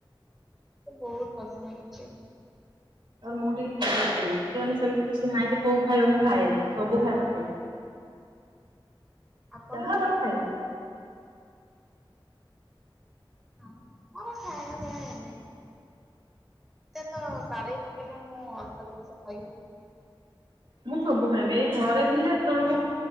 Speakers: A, in the centre; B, on the right.
A: ମତେ ବହୁତ ପସନ୍ଦ ଲିଚି।
B: ଆ ମୁଁ ଟିକେ ଖାଇ ନଥିଲି। ମୁଁ ତ ମେ ସେମିତି କିଛି ନାଇଁ ଯେ କୋଉ ଖାଇବା ମୁଁ ଖାଏ। ସବୁ ଖାଇବା ଖାଏ।
A: ଆପଣ?
B: ଯାହା ଦବ ଖାଇବ।
A: ହ ମମର ଖାୟ ଦେ ଏନ- <inaudible> ତ ବାଡେଇ ପକେଇଲେ ମୁଁ ଅଧା ଜିନିଷ ଖାଇବି-
B: ମୁଁ ସବୁ ଖାଇମି ଏଇ ଘରେ ଥିଲେ ଏତେବେଳକୁ